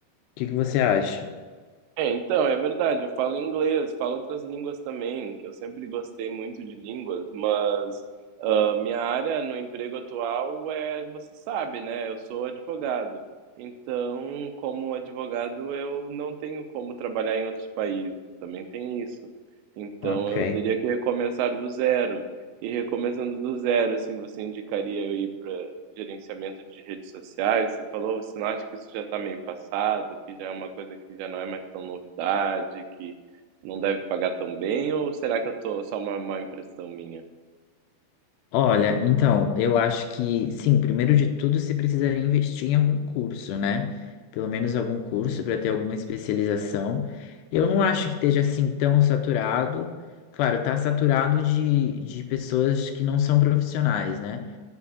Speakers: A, on the left (about 80°); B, on the right (about 80°).
A: que que você acha?
B: É, então, é verdade, eu falo inglês, falo outras línguas também, que eu sempre gostei muito de línguas, mas ah, minha área no emprego atual é, você sabe, né? Eu sou advogado. Então, como advogado, eu não tenho como trabalhar em outros países, também tem isso. Então,
A: Ok.
B: eu teria que recomeçar do zero. E recomeçando do zero, assim, você indicaria eu ir para gerenciamento de redes sociais? Você falou, você não acha que isso já está meio passado, que já é uma coisa que já não é mais tão novidade, que não deve pagar tão bem, ou será que eu tô só uma má impressão minha?
A: Olha, então, eu acho que, sim, primeiro de tudo, você precisaria investir em algum curso, né? Pelo menos algum curso para ter alguma especialização. Eu não acho que esteja assim tão saturado. Claro, tá saturado de, de pessoas que não são profissionais, né?